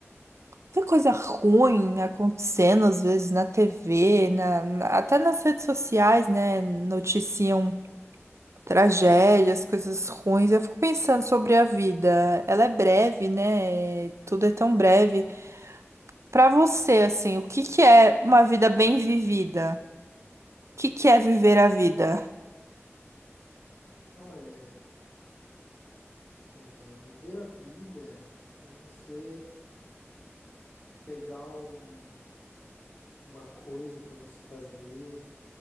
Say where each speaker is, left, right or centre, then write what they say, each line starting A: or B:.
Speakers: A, on the right (about 75°); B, on the left (about 55°).
A: tanta coisa ruim acontecendo às vezes na TV, na, na- até nas redes sociais, né? Noticiam tragédias, coisas ruins. Eu fico pensando sobre a vida. Ela é breve, né? Tudo é tão breve. Pra você, assim, o que que é uma vida bem vivida? que que é viver a vida?
B: Olha, é, viver a vida é você pegar um- uma coisa para você fazer,